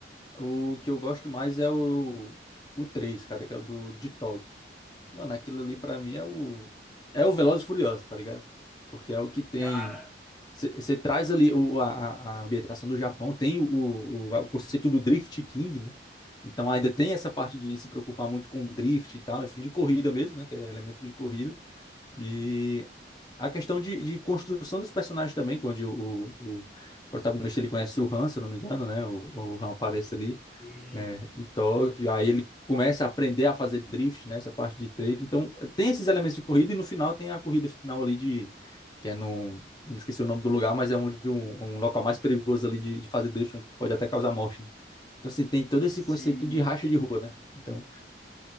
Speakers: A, on the left; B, in the centre.
A: O que eu gosto mais é o, o 3 cara, que é o do de Tóquio. Mano, aquilo ali pra mim é o é o Velozes e Furiosos, tá ligado? Porque é o que tem
B: Cara,
A: você traz ali o, a, a a ambientação do Japão, tem o, o, o conceito do Drift King, né? Então ainda tem essa parte de se preocupar muito com o drift e tal, enfim, de corrida mesmo, né? Que é elemento de corrida. E a questão de, de construção dos personagens também, onde o, o, o protagonista ele conhece o Han, se eu não me engano, né? O, o Han aparece ali
B: sim,
A: né, em Tóquio, aí ele começa a aprender a fazer drift, né, essa parte de treino. Então, tem esses elementos de corrida e no final tem a corrida final ali de que é no eu me esqueci o nome do lugar, mas é onde um, um local mais perigoso ali de, de fazer drift, onde pode até causar morte, né? Então, assim, tem todo esse
B: sim.
A: conceito de racha de rua, né? Então,